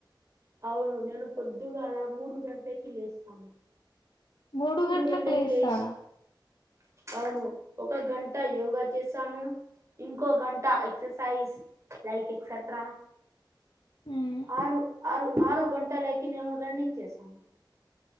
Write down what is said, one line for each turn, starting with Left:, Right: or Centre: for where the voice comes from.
Right: అవును నేను పొద్దుగాలా మూడు గంటలకి లేస్తాను
Left: మూడు గంటలకు
Right: గంటలకి
Left: లేస్తారా
Right: లేచి అవును ఒక గంట యోగా చేశాను ఇంకో గంట ఎక్ససైజ్ లైక్ ఎక్సట్రా
Left: మ్మ్
Right: ఆరు ఆరు ఆరు గంటలకి నేను రన్నింగ్ చేశాను